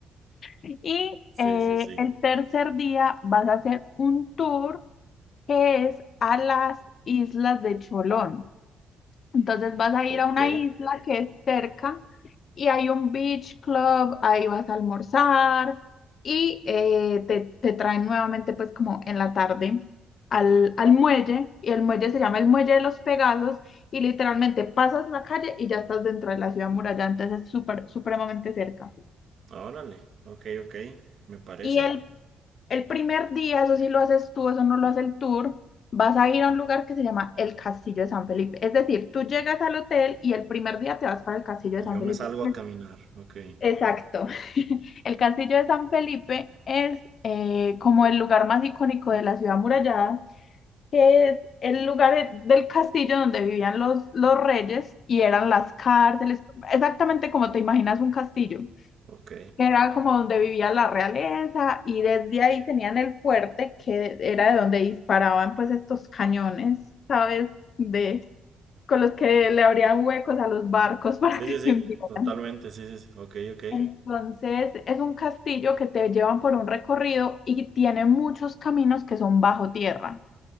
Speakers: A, on the left; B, on the right.
A: Y
B: Sí,
A: eh,
B: sí, sí.
A: el tercer día vas a hacer un tour que es a las islas de Cholón. Entonces vas a
B: Ok,
A: ir a una isla que es cerca y hay un beach club, ahí vas a almorzar y eh, te, te traen nuevamente pues como en la tarde al, al muelle y el muelle se llama el Muelle de los Pegasos y literalmente pasas la calle y ya estás dentro de la ciudad muralla, entonces es súper, supremamente cerca.
B: órale. Ok, ok, me parece.
A: Y el El primer día, eso sí lo haces tú, eso no lo hace el tour, vas a ir a un lugar que se llama el Castillo de San Felipe. Es decir, tú llegas al hotel y el primer día te vas para el Castillo
B: Y
A: de San
B: yo
A: Felipe.
B: me salgo a caminar. Ok.
A: Exacto. <laughs> El Castillo de San Felipe es eh, como el lugar más icónico de la ciudad amurallada, que es el lugar e- del castillo donde vivían los, los reyes y eran las cárceles, exactamente como te imaginas un castillo
B: Ok.
A: que era como donde vivía la realeza y desde ahí tenían el fuerte que era de donde disparaban pues estos cañones, ¿sabes? De, con los que le abrían huecos a los barcos <laughs> para
B: Sí,
A: que
B: sí,
A: se
B: sí.
A: hundieran.
B: Totalmente, sí, sí, sí. Ok, ok.
A: Entonces es un castillo que te llevan por un recorrido y tiene muchos caminos que son bajo tierra,